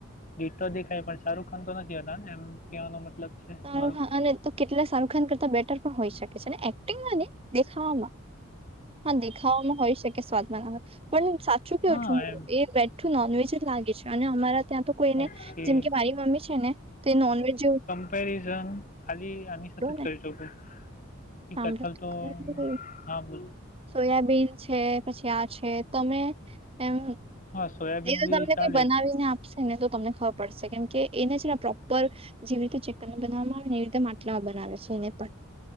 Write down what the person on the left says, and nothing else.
ડીતો દેખાય પણ શાહરૂખ ખાન તો નથી હતા ને એમ, કવાનો મતલબ. છે
મારો
હા
એમ
ઓકે
કમપેરીઝન ખાલી આની સાથે જ કરી
શકું
<unintelligible> તો
હા, બોલ.
હા સોયાબીન
બી
ચાલે